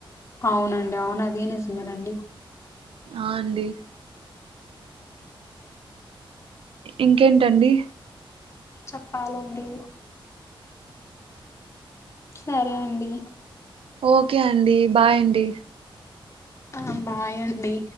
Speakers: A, on the left; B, on the right.
A: అవునండి అవును అదే నిజమేనండి
B: ఆ అండి ఇంకేంటండి
A: చెప్పాలండి సరే అండి
B: ఓకే అండి బాయ్ అండి
A: ఆ బాయ్ అండి